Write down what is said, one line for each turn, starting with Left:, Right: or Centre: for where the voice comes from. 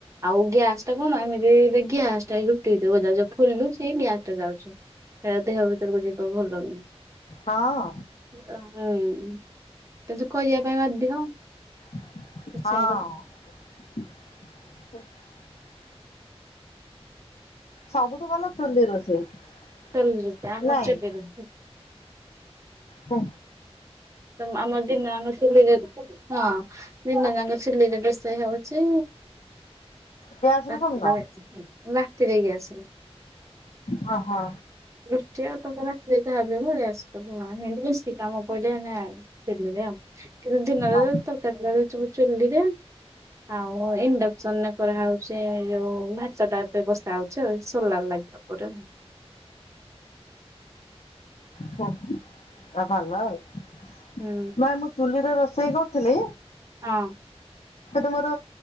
Right: ଆଉ ଗ୍ୟାସ ଟା କଣ ଏମିତି ରେ ବି ଗ୍ୟାସ୍ ଟାକୁ ଉଠେଇ ଦବ ଯାଉ ଯାହା ଖୋଲୁଛି ଗ୍ୟାସ୍ ଟା ଜାଳୁଛି। ଏଆ ଦେହ ଭିତରକୁ ଯିବା ଭଲ ନୁହଁ।
Left: ହଁ
Right: ଓ ହେଇ କିନ୍ତୁ କରିବା ପାଇଁ ବାଧ୍ୟ।
Left: ହଁ।
Right: ଇଚ୍ଛା ହୁଁ
Left: ସବୁଠୁ ଭଲ ଚୁଲି ରୋଷେଇ
Right: ଚୁଲିରେ ଆମର
Left: ନାଇଁ।
Right: ଚୁଲିରେ।
Left: ହ
Right: ତ ଆମର ଦିନ ଜାଙ୍କ ଚୁଲି ରେ ହଁ ଦିନ ଜାଙ୍କ ଚୁଲିରେ ରୋଷେଇ ହଉଛି।
Left: ଗ୍ୟାସ
Right: ରାତିରେ
Left: ରେ କରୁନ?
Right: ଗ୍ୟାସ୍ ରେ।
Left: ହ ହଁ।
Right: ଦୃଷ୍ଟି ଆ ତ ରାତିରେ। <unintelligible> ବେଶି କାମ ପଡିଲେ ନେ ଚୁଲି ରେ। କିନ୍ତୁ ଦିନରେ
Left: ଆ
Right: ତରକାରୀ ଫକାରି ସବୁ ଚୁଲିରେ ଆଉ ଇଣ୍ଡସନରେ। କରା ହଉଛି ଯୋଉ ଭାତ ଟା ବ୍ୟବସ୍ଥା ହଉଛି ସୋଲାର ଲାଗିଚି ଉପରେ।
Left: ଭଲ ଆଉ ନାଇଁ
Right: ହୁଁ
Left: ମୁଁ ଚୁଲିରେ ରୋଷେଇ କରୁଥିଲି
Right: ହଁ।
Left: ତମର